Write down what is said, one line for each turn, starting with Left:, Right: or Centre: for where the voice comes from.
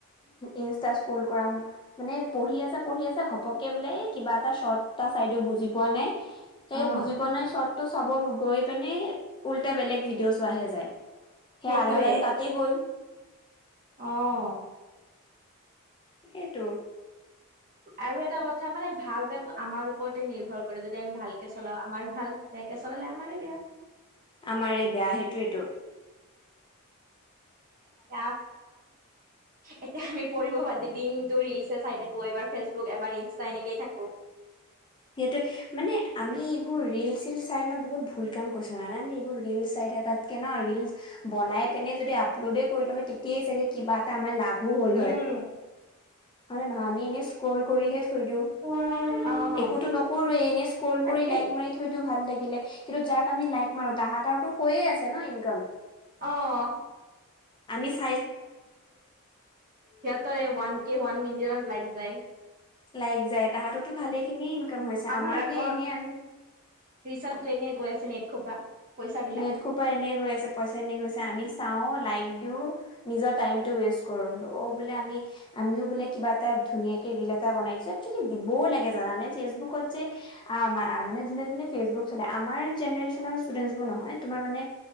Left: ইনষ্টা স্কুল কৰা, মানে পঢ়ি আছা পঢ়ি আছ ঘপকে বোলে কিবা এটা শৰ্ট এটা চাইদো বুজি পোৱা নাই। সেই
Right: অ
Left: বুজি পোৱা নাই চৰ্তটো চাব গৈ মানে উল্টা বেলেগ ভিডিঅ' চোৱাহে যায়। হে
Right: সেইটোয়ে
Left: আধা দিন তাতেই গ'ল।
Right: অ'।
Left: সেইটো
Right: আৰু এটা কথা, মানে ভাল বেয়াটো আমাৰ ওপৰতে নিৰ্ভৰ কৰে যদি আমি ভালকে চলাও আমাৰ ভাল, বেয়াকে চলালে আমাৰে বেয়া।
Left: আমাৰে এই বেয়া সাইটোয়েটো।
Right: এ এতিয়া আমি পঢ়িব বাদে দিনতো ৰিলচে চাই থাক গৈ এবাৰ ফেচবুক এবাৰ ইনষ্টা এনেকেই থাকো।
Left: সিহেতে মানে আমি এইবোৰ ৰিলচ ৰীলচ চাই বহুত ভুল কাম কৰিছো জানানে, আমি এইবোৰ ৰিলচ চাই থাকাতকে ন ৰিলচ বনাই পিনে যদি আপলোডে কৰিলো হয় তেতিয় চাগে কিবা এটা আমাৰ লাভ বহু হল
Right: উম
Left: হয়। হয় নে নহয়? আমি এনে স্ক্ৰল কৰিহে থৈ দিওঁ,
Right: অ।
Left: একোতো নকৰোৱে এনেই স্ক্ৰল
Right: তাকে
Left: কৰি লাইক মাৰি থৈ দি ভাল লাগিলে। কিন্তু যাক আমি লাইক মাৰো তাহাঁতৰটো হৈয়ে আছে ন ইনকাম।
Right: অহ।
Left: আমি চা
Right: ইয়াত ওৱান কে ওৱান মিনিট লাইক যাই
Left: লাইক যায় তাহাঁততো ভালে খিনি ইনকাম হৈছে
Right: আমাৰ
Left: আমাৰহে
Right: আকৌ
Left: এনে আমি।
Right: ৰিচাৰ্জটো এনে গৈ আছে নেট খোপা পইচা বিলাক।
Left: নেট খোবা এনেই গৈ আছে পইচা এনেই গৈছে। আমি চাও লাইক দিও নিজৰ টাইম টো ৱেষ্ট কৰো অ বোলে আমি আমিও বোলে কিবা এটা ধুনীয়াকে ৰীল এটা বনাই দিছো একচুৱেলী দিবও লাগে জানানে ফেচবুকত যে আ মা-মানে যোনে যোনে ফেচবুক চলায় আমাৰ জেনেৰেচন ষ্টুডেনেট নহয় তোমাৰ মানে